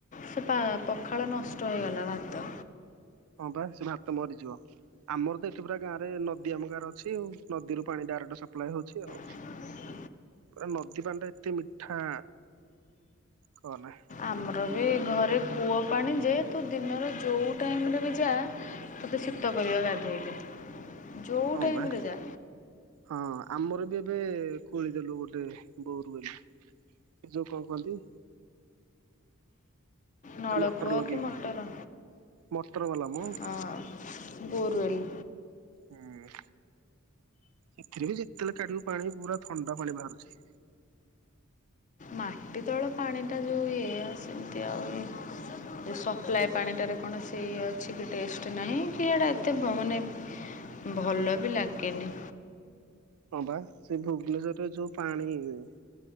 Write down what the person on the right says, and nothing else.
ହଁ ପା ସେ ଭାତ ମରିଯିବ। ଆମର ତ ଏଠି ପୁରା ଗାଁରେ ନଦୀ ଆମ ଗାଁରେ ଅଛି ଆଉ ନଦୀରୁ ପାଣି ଡାଇରେକ୍ଟ୍ ସପ୍ଲାଏ ହଉଛି ଆଉ।
ପୁରା ନଦୀ ପାଣି ଟା ଏତେ ମିଠା କହନା।
ହଁ
ବା।
ହଁହଁ ଆମର ବି ଏବେ ଖୋଳିଦେଲୁ ଗୋଟେ ବୋରୁୱେଲ୍। ଏ ଯଉ କଣ କହନ୍ତି?
ସେ ମଟର ଲଗେଇକି
ମଟର ବାଲା ମ ହୁଁ
ହୁଁ ଏଥିରେ ବି ଯେତେବେଳେ କାଢ଼ିବୁ ପାଣି ପୁରା ଥଣ୍ଡା ପାଣି ବାହାରୁଛି।
ହଁ ବା ସେ ଭୁବନେଶ୍ୱରରେ ଯୋଉ ପାଣି।